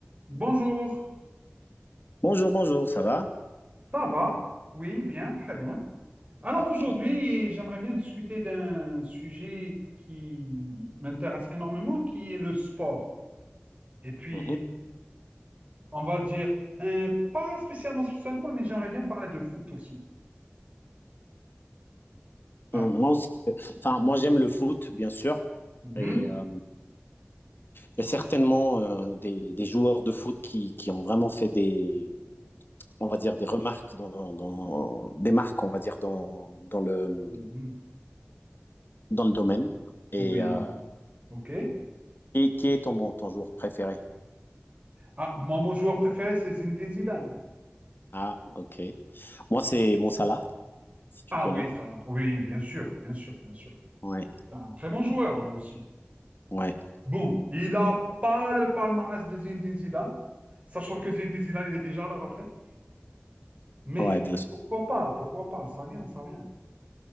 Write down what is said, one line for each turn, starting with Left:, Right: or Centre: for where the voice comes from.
Right: Bonjour,
Left: Bonjour, bonjour, ça va?
Right: ça va? Oui, bien, très bien. Alors
Left: Parfait.
Right: aujourd'hui, j'aimerais bien discuter d'un sujet qui m'intéresse énormément, qui est le sport. Et puis,
Left: Mhm.
Right: on va dire, euh, pas spécialement, spécialement, mais j'aimerais bien parler de foot aussi. Alors,
Left: Mm, Moi aussi, euh, enfin, moi j'aime le foot, bien sûr.
Right: mhm,
Left: Et euh, il y a certainement euh, des, des joueurs de foot qui, qui ont vraiment fait des, on va dire, des remarques dans, dans- des marques, on va dire, dans, dans le,
Right: mhm,
Left: dans le domaine. Et,
Right: oui,
Left: euh,
Right: ok.
Left: et qui est ton, bon, ton joueur préféré?
Right: Ah, moi, mon joueur préféré, c'est Zinedine Zidane.
Left: Ah, ok. Moi, c'est Mo Salah, si tu
Right: Ah
Left: connais.
Right: oui, là. Oui, bien sûr, bien sûr, bien sûr.
Left: Ouais,
Right: C'est un très bon joueur, lui aussi.
Left: ouais,
Right: Bon, il n'a pas le palmarès de Zinedine Zidane, sachant que Zinedine Zidane, il est déjà à la retraite. Mais
Left: ouais, bien sûr.
Right: pourquoi pas, pourquoi pas, ça vient, ça vient.